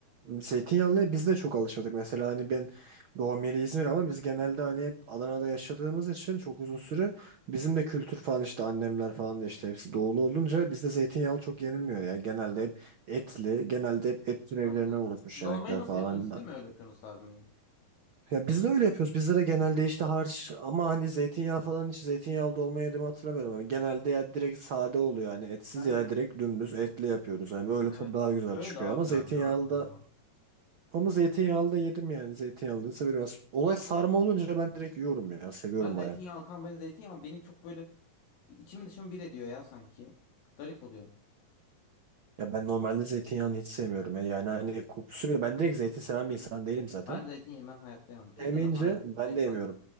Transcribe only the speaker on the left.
Aynen.
Dolmayı nasıl
yapıyorsun? Siz
de mi öyle yapıyorsunuz sarmayı?
Aynen.
Evet.
Böyle
daha
güzel
ya Hakan
ya.
Çok
Ben zeytinyağlı
kan ben zeytinyağı beni çok böyle bir içimi dışımı bir ediyor ya sanki. Garip oluyorum.
Ben zeytin yemem hayatta yemem. Pizza
da falan
en
fazla.